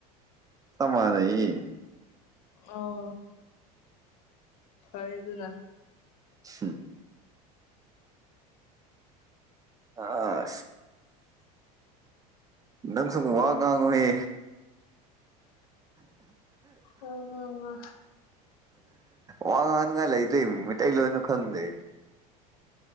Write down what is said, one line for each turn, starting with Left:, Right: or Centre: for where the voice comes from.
Right: ꯆꯞ ꯃꯅꯩꯌꯦ
Left: ꯑꯥ ꯐꯔꯦ ꯑꯗꯨꯅ
Right: ꯍꯝ ꯑꯥ ꯅꯪꯁꯨ ꯋꯥ ꯉꯥꯡꯉꯣꯍꯦ
Left: ꯑꯣ
Right: ꯋꯥ ꯉꯥꯡꯅꯤꯡꯉꯥꯏ ꯂꯩꯗꯣꯏ ꯃꯩꯇꯩꯂꯣꯟꯣꯏꯅ ꯈꯪꯗꯦ